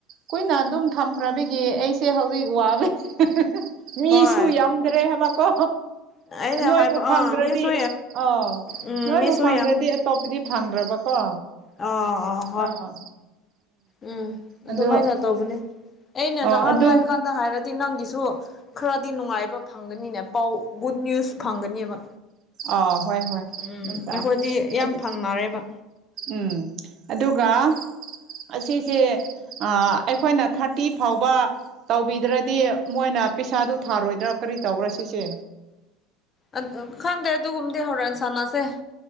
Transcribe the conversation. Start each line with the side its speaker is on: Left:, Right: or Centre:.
Right: ꯀꯨꯏꯅ ꯑꯗꯨꯝ ꯊꯝꯈ꯭ꯔꯕꯤꯒꯤ ꯑꯩꯁꯦ ꯍꯧꯖꯤꯛ ꯋꯥꯕꯅꯤ꯫ ꯃꯤꯁꯨ
Left: ꯍꯣꯏ
Right: ꯌꯥꯝꯗ꯭ꯔꯦ ꯍꯥꯏꯕꯀꯣ꯫
Left: ꯑꯩꯅ
Right: ꯅꯣꯏꯕꯨ
Left: ꯍꯥꯏꯕ ꯑꯥ
Right: ꯐꯪꯗ꯭ꯔꯗꯤ
Left: ꯃꯤꯁꯨ
Right: ꯑ
Left: ꯎꯝ
Right: ꯅꯣꯏꯕꯨ
Left: ꯃꯤꯁꯨ
Right: ꯐꯪꯗ꯭ꯔꯗꯤ ꯑꯇꯣꯞꯄꯗꯤ ꯐꯪꯗ꯭ꯔꯕ ꯀꯣ
Left: ꯑꯣ ꯑꯣ
Right: ꯑꯥ
Left: ꯎꯝ ꯑꯗꯨꯃꯥꯏꯅ
Right: ꯑꯗꯨ
Left: ꯇꯧꯕꯅꯤ ꯑꯩꯅ
Right: ꯑꯣ
Left: ꯅꯍꯥꯟ
Right: ꯑꯗꯨ
Left: ꯍꯥꯏꯀꯥꯟꯗ ꯍꯥꯏꯔꯗꯤ ꯅꯪꯒꯤꯁꯨ ꯈꯔꯗꯤ ꯅꯨꯡꯉꯥꯏꯕ ꯐꯪꯒꯅꯤꯅꯦ ꯄꯥꯎ ꯒꯨꯗ ꯅ꯭ꯌꯨꯁ ꯐꯪꯒꯅꯦꯕ
Right: ꯑꯥ ꯍꯣꯏ ꯍꯣꯏ
Left: ꯎꯝ
Right: ꯑꯗꯨꯝ ꯇꯥꯏ
Left: ꯑꯩꯈꯣꯏꯗꯤ ꯌꯥꯝ
Right: ꯑꯗꯨ
Left: ꯐꯪꯅꯔꯦꯕ
Right: ꯎꯝ ꯑꯗꯨꯒ ꯑꯁꯤꯁꯦ ꯑꯩꯈꯣꯏꯅ ꯊꯥꯔꯇꯤ ꯐꯥꯎꯕ ꯇꯧꯕꯤꯗ꯭ꯔꯗꯤ ꯃꯣꯏꯅ ꯄꯩꯁꯥꯗꯨ ꯊꯥꯔꯣꯏꯗ꯭ꯔꯥ ꯀꯔꯤ ꯇꯧꯕ꯭ꯔꯥ ꯁꯤꯁꯦ
Left: ꯑ ꯈꯪꯗꯦ ꯑꯗꯨꯒꯒꯨꯝꯗꯦ ꯍꯧꯔꯅ ꯏꯟꯁꯥꯟꯅꯥꯁꯦ